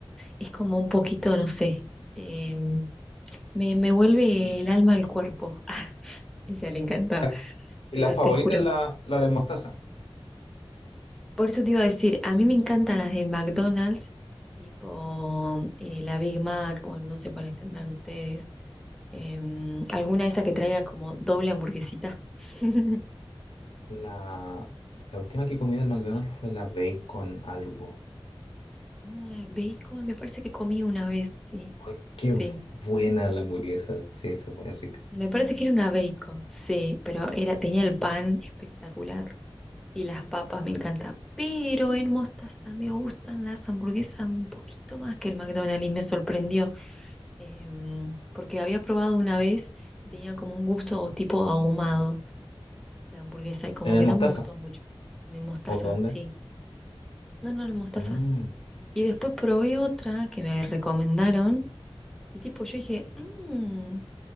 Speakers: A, in the centre; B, on the left.
A: es como un poquito, no sé, eh, me, me vuelve el alma al cuerpo. <laughs> Ah, ella le encanta,
B: La, f- la
A: pero
B: favorita
A: te juro.
B: es la, la del Mostaza.
A: Por eso te iba a decir, a mí me encantan las de McDonald's, tipo eh, la Big Mac, o no sé cuáles tendrán ustedes. em, alguna de esas que traiga como doble hamburguesita. <laughs>
B: La, la última que comí del McDonald's fue la bacon algo.
A: Ah, bacon, me parece que comí una vez, sí.
B: Ay, qué
A: Sí,
B: bu- buena la hamburguesa. Sí, eso fue rica.
A: me parece que era una bacon, sí, pero era, tenía el pan espectacular y las papas me encantan. Pero en Mostaza me gustan las hamburguesas un poquito más que el McDonald's y me sorprendió. em, porque había probado una vez y tenía como un gusto tipo ahumado la hamburguesa y como
B: ¿En el
A: que
B: Mostaza?
A: no me gustó mucho. De mostaza,
B: ¿O dónde?
A: sí. No, no, el mostaza.
B: Mm.
A: Y después probé otra que me recomendaron y tipo yo dije, mmm,